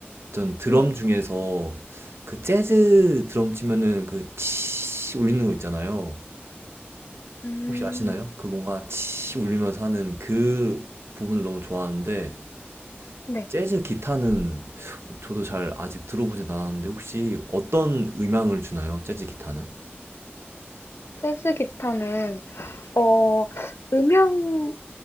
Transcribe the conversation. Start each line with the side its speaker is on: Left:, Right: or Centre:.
Right: 전 드럼
Left: 네.
Right: 중에서 그 재즈 드럼 치면은 그 치 울리는 거 있잖아요.
Left: 음,
Right: 혹시 아시나요? 그 뭔가 치 울리면서 하는 그 부분을 너무 좋아하는데,
Left: 네.
Right: 재즈 기타는 저도 잘 아직 들어보진 않았는데, 혹시 어떤 음향을 주나요? 재즈 기타는?
Left: 재즈 기타는, 어, 음향은